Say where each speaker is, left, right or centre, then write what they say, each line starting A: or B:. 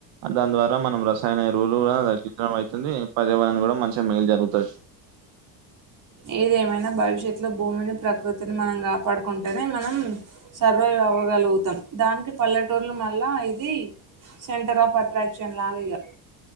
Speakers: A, on the right (about 65°); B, on the right (about 40°).
A: దాని ద్వారా మనం రసాయన ఎరువులు కూడా తగ్గించడం ఐతుంది. పర్యావరణం కూడా మంచిగా మేలు జరుగుతది.
B: ఏది ఏమైనా భవిష్యత్తులో భూమిని ప్రకృతిని మనం కాపాడుకుంటేనే మనం సర్వైవ్ అవ్వగలుగుతాం దానికి పల్లెటూర్లు మళ్ళా ఇది సెంటర్ ఆఫ్ అట్రాక్షన్ లాగ ఇగ